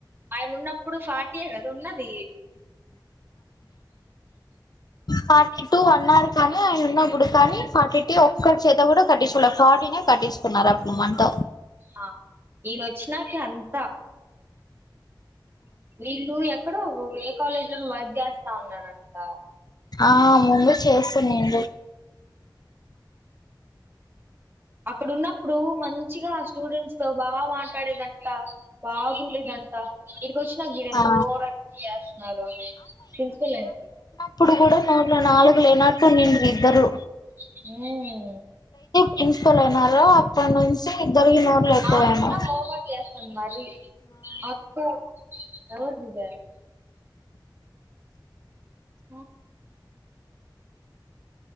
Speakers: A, on the right; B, on the left.
A: అయన ఉన్న ఇప్పుడు ఫాటియే కదా ఉన్నది
B: ఫార్టీ టూ అన్నారు కానీ ఆయన ఉన్నప్పుడు కానీ ఫా కటి ఒక్కర్ చేత కూడా కట్టించుకోలా కాటిన్ ఎ కట్టిచుకున్నారు అప్పుడు మంతో
A: ఆ ఈయనొచ్చినాకే అంత వీళ్ళు ఎక్కడో ఏ కాలేజ్ లో వర్క్ చేస్తా ఉన్నరంట
B: ఆ ముందు చేస్తున్నిండ్రి
A: అక్కడ ఉన్నప్పుడు మంచిగా స్టూడెంట్స్ తో బాగా మాట్లాడేదంట బాగుండేదంట ఇడికి వచ్చి గిడెంటి
B: ఆ
A: ఓవర్ యాక్టింగ్ చేస్తున్నారు ప్రిన్సిపల్ ఎ
B: ఇప్పుడు కూడా అ నాలుగు లే నాట్ కన్ నిన్నుద్దరు
A: ఉం
B: ప్రిన్సిపల్ అయినార అప్పటి నుంచి ఇద్దరికి నోట్లు ఎక్కువయినాయి
A: ఆమె కూడా ఓవర్ చేస్తుంది మరి అక్క ఎవర్దిబె మ